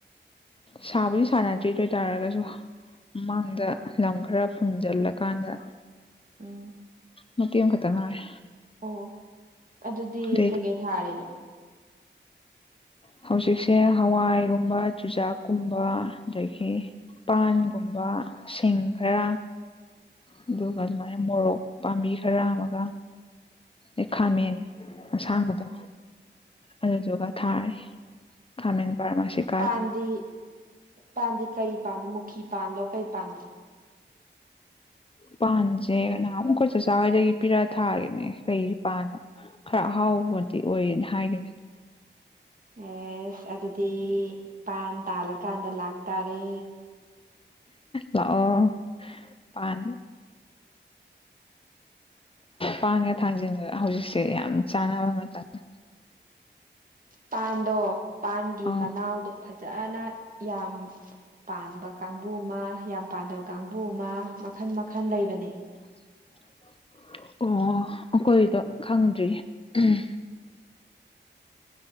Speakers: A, on the left (about 30°); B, on the right (about 45°).
A: ꯁꯥꯕꯨꯗꯤ ꯁꯥꯟꯅꯗ꯭ꯔꯤ ꯑꯗꯨ ꯑꯣꯏ ꯇꯔꯒꯁꯨ ꯃꯃꯥꯡꯗ ꯂꯝ ꯈꯔ ꯐꯨꯟꯖꯤꯜꯂꯀꯥꯟꯗ
B: ꯎꯝ
A: ꯃꯇꯦ ꯑꯃꯈꯛꯇꯪ ꯉꯥꯏꯔꯦ
B: ꯑꯣ ꯑꯗꯨꯗꯤ
A: ꯑꯗꯩ
B: ꯀꯩꯀꯩ ꯊꯥꯔꯤꯅꯣ
A: <inaudible> ꯍꯧꯖꯤꯛꯁꯦ ꯍꯋꯥꯏꯒꯨꯝꯕ ꯆꯨꯖꯥꯛꯀꯨꯝꯕ ꯑꯗꯒꯤ ꯄꯥꯟꯒꯨꯝꯕ ꯁꯤꯡ ꯈꯔ ꯑꯗꯨꯒ ꯑꯗꯨꯃꯥꯏꯅ ꯃꯣꯔꯣꯛ ꯄꯥꯝꯕꯤ ꯈꯔ ꯑꯃꯒ ꯑꯩ ꯈꯥꯃꯦꯟ ꯑꯁꯥꯡꯕꯗꯣ ꯑꯗꯨꯗꯨꯒ ꯊꯥꯔꯤ ꯈꯥꯃꯦꯟ ꯄꯔꯃꯥꯁꯤꯀꯥ
B: ꯄꯥꯟꯗꯤ ꯄꯥꯟꯗꯤ ꯀꯩ ꯄꯥꯟꯅꯣ ꯃꯨꯈꯤ ꯄꯥꯟꯂꯣ ꯀꯩ ꯄꯥꯟꯅꯣ
A: ꯄꯥꯟꯁꯦ ꯅꯍꯥꯟꯃꯨꯛ ꯈꯣꯏ ꯆꯆꯥꯥ ꯍꯣꯏꯗꯒꯤ ꯄꯤꯔꯛ ꯑꯥ ꯊꯥꯈꯤꯕꯅꯦ ꯀꯩ ꯄꯥꯟꯅꯣ ꯈꯔ ꯑꯍꯥꯎꯕꯗꯤ ꯑꯣꯏꯌꯦꯅ ꯍꯥꯏꯒꯤꯕꯅꯤ
B: ꯑꯦꯁ ꯑꯗꯨꯗꯤ ꯄꯥꯟ ꯇꯥꯜꯂꯀꯥꯟꯗ ꯂꯥꯛꯇꯥꯔꯦ
A: ꯂꯥꯛꯑꯣ ꯄꯥꯟ ꯄꯥꯟꯒ ꯊꯥꯡꯖꯤꯡꯒ ꯍꯧꯖꯤꯛꯁꯦ ꯌꯥꯝ ꯆꯥꯟꯅꯕ ꯃꯇꯝꯅꯦ
B: ꯄꯥꯟꯗꯣ ꯄꯥꯟꯒꯤ
A: ꯑꯥ
B: ꯃꯅꯥꯎꯗꯣ ꯐꯖꯅ ꯌꯥꯝ ꯄꯥꯟꯕ ꯀꯥꯡꯕꯨ ꯑꯃ ꯌꯥꯝ ꯄꯥꯟꯗꯕ ꯀꯥꯡꯕꯨ ꯑꯃ ꯃꯈꯜ ꯃꯈꯜ ꯂꯩꯕꯅꯤ
A: ꯑꯣ ꯑꯩꯈꯣꯏꯗꯣ ꯈꯪꯗ꯭ꯔꯤ ꯑꯍꯝ